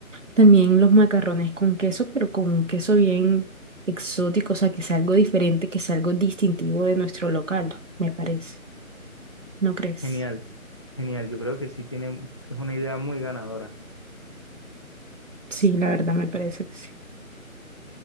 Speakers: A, on the right; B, on the left.
A: También los macarrones con queso, pero con un queso bien exótico, o sea, que es algo diferente, que es algo distintivo de nuestro local, me parece. ¿No crees?
B: Genial, genial. Yo creo que sí tiene, es una idea muy ganadora.
A: Sí, la verdad me parece que sí.